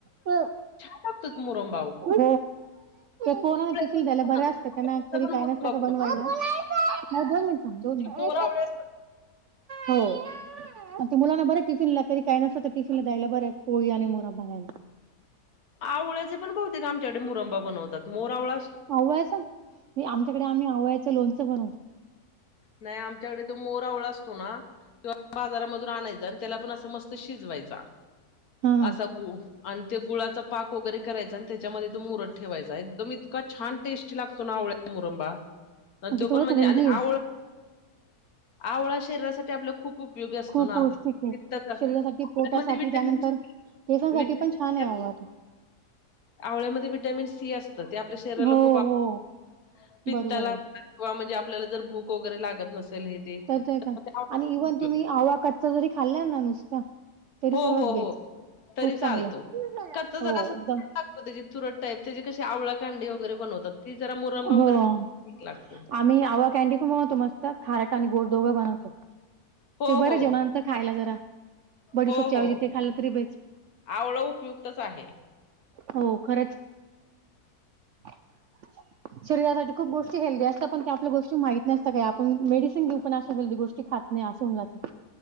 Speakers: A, on the right; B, on the left.
A: बर.
B: <unintelligible> मुरम
A: खुप कोणाला
B: त्याचा
A: टिफिल द्यायला बऱ्या असतं, त्यांना कधी
B: पण
A: काही
B: मुरंबा
A: नसल्या
B: बनवतात
A: का बनवायला.
B: बघ.
A: थांब दोन मिनिटं
B: जे मोरावळे असतात
A: हो. ते मुलांना बरं टिफिनला कधी काही नसलं, तर टिफिनला द्यायला बरे आहे पोळी आणि मुरंबा खायला.
B: आवळ्याचे पण बहुतेक आमच्याकडे मुरंबा बनवतात. मोर आवळा
A: आवळ्याच नाही आमच्याकडे आम्ही आवळ्याचं लोणचं बनवतो.
B: नाही आमच्याकडे तो मोर आवळा असतो ना <unintelligible> बाजारामधून आणायचा आणि त्याला पण असं मस्त शिजवायचा.
A: हा हा
B: असा गु आणि त्या गुळाचा पाक वगैरे करायचा आणि त्याच्यामध्ये तो मुरत ठेवायचा. एकदम इतका छान टेस्टी लागतो ना आवळ्या मुरंबा. तो
A: ते
B: पण
A: उलट
B: म्हणजे
A: हेल्दी
B: आणि
A: आहे
B: आवळा, आवळा शरीरासाठी आपल्या खूप उपयोगी असतो
A: खूप
B: ना.
A: पौष्टिक आहे.
B: पित्त क आवळ्यामध्ये
A: शरीरासाठी, पोटासाठी
B: व्हिटॅमिन
A: त्यानंतर
B: सी
A: केसांसाठी
B: व्हिटॅमिन
A: पण छान
B: सी
A: आहे
B: असतं.
A: आवळा त्यो.
B: आवळ्यामध्ये विटॅमिन सी असतं‌. ते आपल्या शरीराला
A: हो
B: खूप <unintelligible>
A: हो
B: पित्ताला
A: बरोबर आहे
B: किंवा म्हणजे आपल्याला जर भूक वगैरे लागत नसेल हे
A: तर ते
B: मग त्या आवळ्याचा
A: आणि इव्हन
B: खूप उपयोग
A: तुम्ही, आवळा कच्चा जरी खाल्ल्या ना नुसतं. तरी
B: हो,
A: सर्वात
B: हो,
A: बेस्ट,
B: हो
A: खूप
B: तरी चालतो.
A: चांगलं.
B: कच्चा जरा
A: हो
B: असं तिखट
A: एकदम
B: लागतो त्याची तुरट टाईप त्याची कशी आवळा कांडी वगैरे बनवतात. ती जरा मुरंबा वगैरे
A: हो.
B: ठीक
A: आत
B: लागतो.
A: आम्ही आवळा कॅनडी पण बनवतो. मस्त खारट आणि गोड दोघं बनवतो,
B: हो,
A: ते बरे
B: हो,
A: जेवना नंतर. खायला जरा, बडीशोपच्या
B: हो हो.
A: ऐवजी ते खाल्लं तरी बेस्ट
B: आवळा उपयुक्तच आहे.
A: हो खरंच. <unintelligible> खप गोष्ट हेल्दी असतं, पण ते आपल्या गोष्टी माहीत नसतं काही. आपण मेडिसन घेऊ पण अशी हेल्दी गोष्टी खात नाही, असं होऊन जातं.